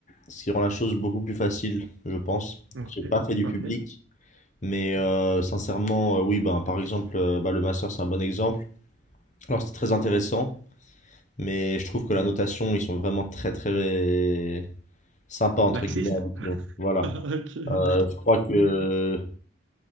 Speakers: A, on the left; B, on the right.
A: ce qui rend la chose beaucoup plus facile, je pense.
B: OK,
A: J'ai pas fait du
B: OK.
A: public, mais euh, sincèrement, euh, oui, ben par exemple, euh, bah, le master c'est un bon exemple. Alors c'était très intéressant. Mais je trouve que la notation, ils sont vraiment très très sympas entre
B: Laxiste?
A: guillemets avec
B: <laughs>
A: nous. Voilà.
B: Ok.
A: Euh, je crois que